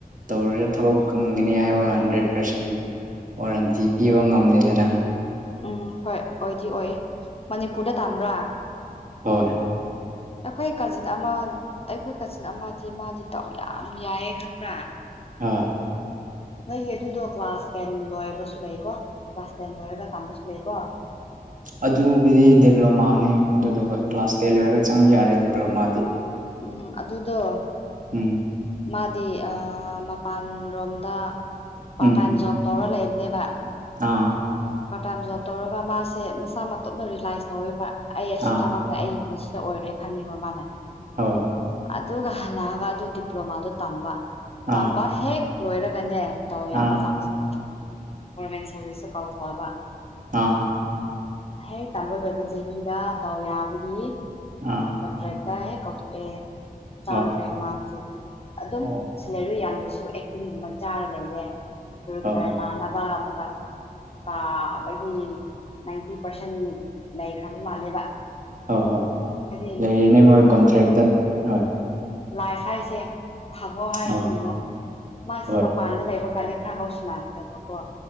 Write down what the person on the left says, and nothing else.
ꯎꯝ ꯍꯣꯏ ꯑꯣꯏꯗꯤ ꯑꯣꯏ ꯃꯅꯤꯄꯨꯔꯗ ꯇꯝꯕ꯭ꯔꯥ
ꯑꯩꯈꯣꯏ ꯀꯥꯖꯤꯟ ꯑꯃ ꯑꯩꯈꯣꯏ ꯀꯥꯖꯤꯟ ꯑꯃꯗꯤ ꯃꯥꯗꯤ ꯇꯎ ꯌꯥꯝ ꯌꯥꯏꯌꯦ ꯈꯪꯕ꯭ꯔꯥ
<inaudible> ꯅꯣꯏꯒꯤ ꯑꯗꯨꯗꯣ ꯀ꯭ꯂꯥꯁ ꯇꯦꯟ ꯂꯣꯏꯔꯕꯁꯨ ꯂꯩꯀꯣ ꯀ꯭ꯂꯥꯁ ꯇꯦꯟ ꯂꯣꯏꯔꯒ ꯇꯥꯟꯕꯁꯨ ꯂꯩꯀꯣ
ꯎꯝ ꯑꯗꯨꯗꯣ
ꯃꯥꯗꯤ ꯃꯄꯥꯟ ꯔꯣꯝꯗ ꯄꯥꯔꯠ
ꯇꯥꯏꯝ ꯖꯣꯕ ꯇꯧꯔ ꯂꯩꯕꯅꯦꯕ
ꯄꯥꯔꯠ ꯇꯥꯏꯝ ꯖꯣꯕ ꯇꯧꯔꯒ ꯃꯥꯁꯦ ꯃꯁꯥ ꯃꯇꯨꯞꯅ ꯔꯤꯂꯥꯏꯁ ꯇꯧꯋꯦꯕ ꯑꯩ ꯑꯁꯤ
ꯊꯕꯛꯅꯦ ꯑꯩ ꯄꯨꯟꯁꯤꯗ ꯑꯣꯏꯔꯦ ꯈꯪꯉꯦꯕ ꯃꯥꯅꯦ
ꯑꯗꯨꯒ ꯍꯜꯂꯛꯑꯒ ꯑꯗꯨ ꯗꯤꯄ꯭ꯂꯣꯃꯥꯗꯣ ꯇꯝꯕ ꯇꯝꯕ
ꯍꯦꯛ ꯂꯣꯏꯔꯒꯅꯦ ꯇꯧ ꯌꯥꯕ
ꯆꯥꯡꯁꯤꯅꯤ ꯒꯣꯔꯃꯦꯟ ꯁꯥꯔꯚꯤꯁꯁꯨ ꯀꯥꯎꯊꯣꯛꯑꯕ
ꯍꯦꯛ ꯇꯝꯕ ꯂꯣꯏꯕ ꯆꯍꯤꯗ ꯗꯥꯎ ꯌꯥꯕꯒꯤ
ꯀꯣꯟꯇ꯭ꯔꯦꯛꯇ ꯍꯦꯛ ꯀꯧꯊꯣꯛꯑꯦ ꯆꯥꯡꯈ꯭ꯔꯦ
ꯃꯥ ꯍꯧꯖꯤꯛ ꯑꯗꯨꯝ
ꯁꯤꯂꯔꯨ ꯌꯥꯝꯗꯁꯨ ꯑꯦꯛꯇꯤꯡ ꯑꯃ ꯆꯥꯔ ꯂꯩꯔꯦ ꯔꯤꯒꯨꯂꯔ
ꯇꯥꯅꯕ ꯑꯃ ꯇꯥꯕꯒꯤ ꯅꯥꯏꯟꯇꯤ ꯄꯥꯔꯁꯦꯟ ꯂꯩꯈ꯭ꯔꯕ ꯃꯥꯜꯂꯦꯕ
ꯍꯥꯏꯗꯤ
ꯂꯥꯏ ꯍꯥꯏ ꯍꯥꯏꯁꯦ ꯊꯕꯣ ꯍꯥꯏꯗꯤ
ꯌꯦꯉꯣ ꯃꯥꯁꯦ
ꯃꯄꯥꯟꯗ ꯂꯩꯕ ꯀꯥꯟꯗ ꯈꯔ ꯍꯧꯥꯎꯁꯤꯅꯥꯈ꯭ꯔꯦꯕꯀꯣ